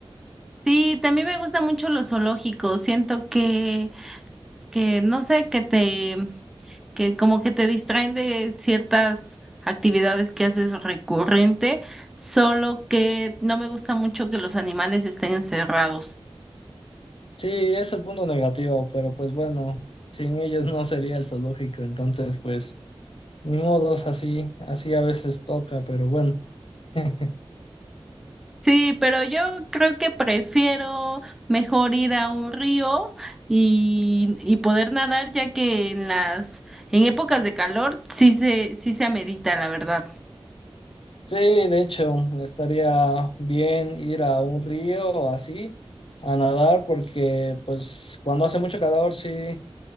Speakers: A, in the centre; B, on the left.
A: Sí, también me gustan mucho los zoológicos, siento que, que no sé, que te, que como que te distraen de ciertas actividades que haces recurrente, solo que no me gusta mucho que los animales estén encerrados.
B: Sí, es el punto negativo, pero pues bueno, sin ellos no sería el zoológico, entonces pues ni modos, así, así a veces toca, pero bueno. <laughs>
A: Sí, pero yo creo que prefiero mejor ir a un río y, y poder nadar, ya que en las, en épocas de calor sí se, sí se amerita, la verdad.
B: Sí, de hecho, estaría bien ir a un río o así a nadar porque pues cuando hace mucho calor sí,